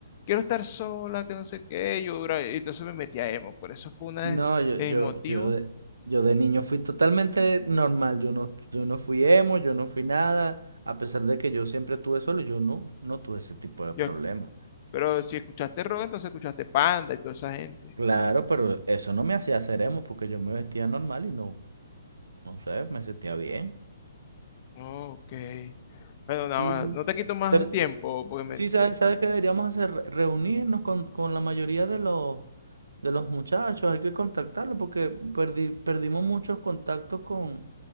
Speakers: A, on the left; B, on the right.
A: quiero estar sola, que no sé qué, yo dura, y entonces me metí a emo, por eso fue una
B: No,
A: de,
B: yo,
A: de
B: yo,
A: mis motivos,
B: yo de, yo de niño fui totalmente normal. Yo no, yo no fui emo, yo no fui nada. A pesar de que yo siempre tuve solo, yo no, no tuve ese tipo de
A: yo,
B: problemas.
A: pero si escuchaste rock, entonces escuchaste Panda y toda esa gente.
B: Claro, pero eso no me hacía ser emo porque yo me vestía normal y no, no sé, me sentía bien.
A: Ok. Bueno, nada
B: Sí, sí.
A: no te quito más
B: Pero,
A: tiempo, porque me...
B: Sí, ¿sabes, sabes qué deberíamos hacer? Re- Reunirnos con, con la mayoría de los, de los muchachos, hay que contactarlos porque perdi- perdimos muchos contactos con,